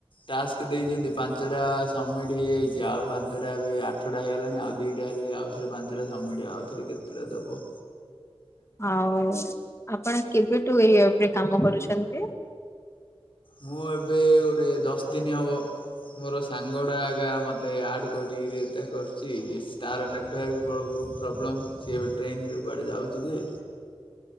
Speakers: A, on the left; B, on the left.
A: ଟାସ୍କ ଦେଇଛନ୍ତି ପାଞ୍ଚଟା ସବମିଟ୍ ହେଇଯାଇଚି ଆଉ ପାଞ୍ଚଟା ଏବେ ଆଠଟା ହେଇଗଲାଣି ଆଉ ଦୁଇଟା ହେଲେ ଆଉଥରେ ପାଞ୍ଚଟା ସବମିଟ ଆଉଥରେ କେତେଟା ଦବ।
B: ଆଉ ଆପଣ କେବେଠୁ ଏଇ ଆପରେ କାମ କରୁଛନ୍ତି?
A: ମୁଁ ଏବେ ଗୋଟେ ଦଶ ଦିନ ହବ ମୋର ସାଙ୍ଗଟା ଏକା ମୋତ ତେ ଆଡ଼୍ କରିକିରି ଏଟା କରିଚି ଯେସ୍ ତାର ନେଟୱାର୍କ ପୋଳବ ପ୍ରୋବ୍ଲେମ୍ ସିଏ ଏବେ ଟ୍ରେନ୍ ରେ କୁଆଡ଼େ ଯାଉଚି ଯେ